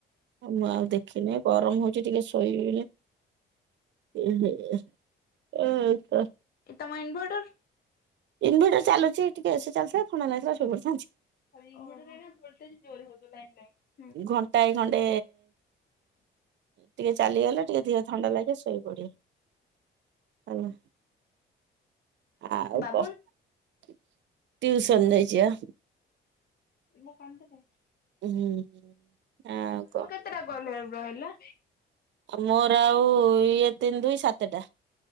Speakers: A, on the right; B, on the left.
A: ମୁଁ ଆଉ ଦେଖିନେଇ ଗରମ୍ ହଉଚି ଟିକେ ଶୋଇବି ବୋଲି ହ ହ
B: ଏ ତମ ଇନଭର୍ଟର?
A: ଇନଭର୍ଟର ଚାଲୁଛି ଟିକେ ଏସି ଚାଲିଥିଲେ ଥଣ୍ଡା ନାଗିଥିଲେ ଶୋଇ ପଡ଼ିଥାନ୍ତି।
B: ଆଉ ଇନଭର୍ଟର୍ ରେ ଏଇନା ଭୋଲ୍ଟେଜ ଜୋରରେ ହଉଥିବ ଲାଇନ ନାଇଁ।
A: ଘଣ୍ଟାଏ ଖଣ୍ଡେ ଟିକେ ଚାଲିଗଲେ ଟିକେ ଦିହ ଥଣ୍ଡା ଲାଗେ ଶୋଇପଡିବ ହେଲା। ଆଉ
B: ବାବୁନ
A: କ ଟିଉସନ୍ ଯାଇଛି ଆ
B: <unintelligible>
A: ହୁଁ ହୁଁ ଆଉ କ
B: କେତେଟା କଲ ରହିଲା?
A: ମୋର ଆଉ ଇଏ ତିନି ଦୁଇ ସାତଟା।